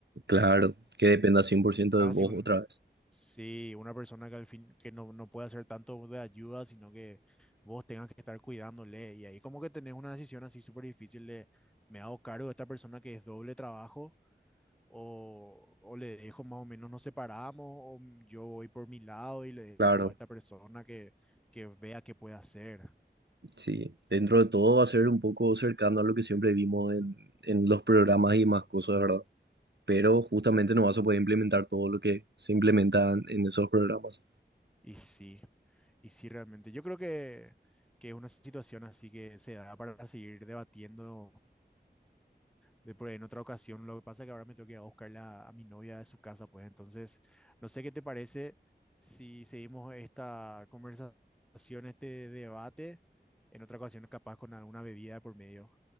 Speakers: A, on the right; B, in the centre.
A: Claro, que dependa 100%
B: Estás
A: de vos
B: así un,
A: otra vez.
B: sí, una persona que al fin, que no, no puede hacer tanto de ayuda, sino que vos tengas que estar cuidándole. Y ahí como que tenés una decisión así súper difícil de, ¿me hago cargo de esta persona que es doble trabajo? O, o le dejo más o menos, nos separamos, o yo voy por mi lado y le dejo
A: Claro,
B: a esta persona que, que vea qué puede hacer.
A: sí. Dentro de todo va a ser un poco cercano a lo que siempre vimos en, en los programas y más cosas, ¿verdad? Pero justamente no vas a poder implementar todo lo que se implementa en esos programas.
B: Y sí, y sí realmente. Yo creo que, que es una situación así que se da para seguir debatiendo de por ahí en otra ocasión. Lo que pasa es que ahora me tengo que ir a buscarla a mi novia de su casa, pues entonces, no sé qué te parece si seguimos esta conversación, este debate en otra ocasión, capaz con alguna bebida por medio.